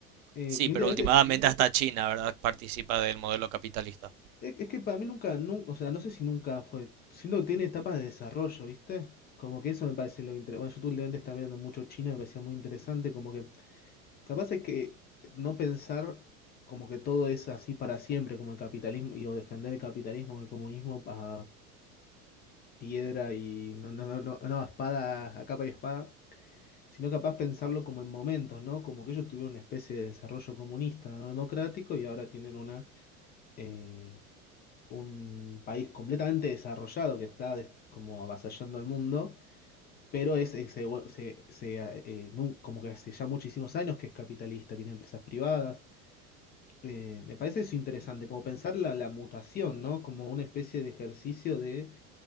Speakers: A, on the left; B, on the right.
A: Eh,
B: sí,
A: y
B: pero
A: últimamente
B: últimamente hasta China, ¿verdad? Participa del modelo capitalista.
A: Es es que para mí nunca, nu- o sea, no sé si nunca fue. Siento que tiene etapas de desarrollo, ¿viste? Como que eso me parece lo interesante. Bueno, yo tú últimamente estaba viendo mucho chino, me parecía muy interesante. Como que capaz hay que no pensar como que todo es así para siempre, como el capitalismo, y, o defender el capitalismo, el comunismo a piedra y no, no, no, no, no, a espada, a capa y espada, sino capaz pensarlo como en momentos, ¿no? Como que ellos tuvieron una especie de desarrollo comunista, ¿no? democrático y ahora tienen una. eh, un país completamente desarrollado que está des- como avasallando al mundo, pero es, es- se- se- se, eh, nun- como que hace ya muchísimos años que es capitalista, tiene empresas privadas. Eh, me parece eso interesante, como pensar la, la mutación, ¿no? Como una especie de ejercicio de,